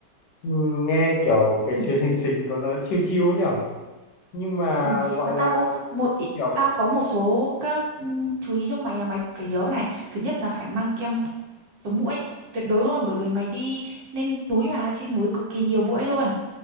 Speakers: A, on the left (about 75°); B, on the right (about 65°).
A: Ừ, nghe kiểu cái
B: Ừ,
A: chuyến hành trình của nó chill chill ấy nhở nhưng mà
B: ừ.
A: gọi
B: Mà tao
A: là
B: có một ý-
A: kiểu
B: tao có một số các ừ, chú ý cho mày là mày phải nhớ này. Thứ nhất là phải mang kem chống muỗi tuyệt đối luôn bởi vì mày đi lên núi mà trên núi cực kỳ nhiều muỗi luôn